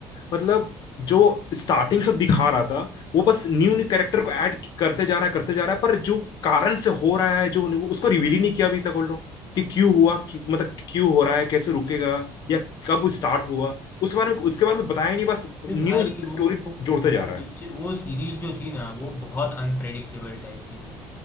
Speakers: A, on the left; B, on the left.
A: मतलब जो स्टार्टिंग से दिखा रहा था वो बस न्यू न्यू कैरेक्टर को ऐड करते जा रहा है करते जा रहा है पर जो कारण से हो रहा है जो उसको रिवील ही नहीं किया अभी तक वो लोग कि क्यों हुआ क्यों, मतलब क्यों हो रहा है कैसे रुकेगा या कब स्टार्ट हुआ उस बारे में उसके बारे में बताया ही नहीं बस न्यू
B: ये भाई वो
A: स्टोरी
B: वो
A: जोड़ते जा रहा
B: पिक्चर
A: है
B: वो सीरीज जो थी ना वो बहुत अनप्रेडिक्टेबल टाइप की थी